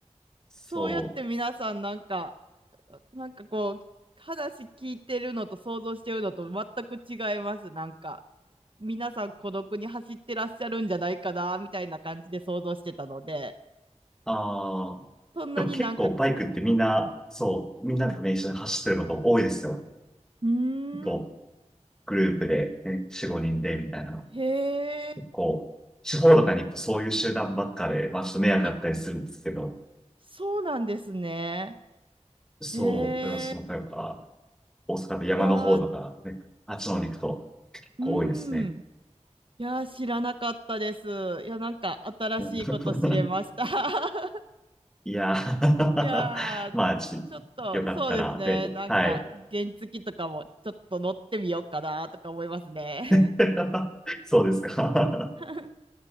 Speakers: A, in the centre; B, on the right.
A: そう。
B: そうやって皆さんなんかなんかこう話聞いてるのと想像してるのと全く違いますなんか皆さん孤独に走ってらっしゃるんじゃないかなみたいな感じで想像してたので
A: ああ。
B: そんなになんか
A: でも結構バイクってみんな、そう、
B: うん
A: みんなとね、一緒に走ってること多いですよ。
B: うー
A: と、
B: ん
A: グループで、ね、4、5人で、みたいな。
B: へえ
A: 結構、地方とかに行くとそういう集団ばっかで、まあちょっと迷惑だったりするんですけど。
B: あそうなんですね
A: そう、
B: へえ
A: だからその、例えば、大阪の山の方とか、
B: いやー
A: ね、あっちの方に行くと結構多いですね。
B: うんいやー知らなかったですいやなんか新しいこと知れました
A: <laughs>
B: <laughs>
A: いやー <laughs>
B: いやー、
A: まあ、ちょっと、
B: ちょっとそうですね、
A: よかったら、で、
B: なんか原付とかもちょっと乗ってみようかなとか思いますね。
A: はい。<laughs> そうですか。
B: <laughs>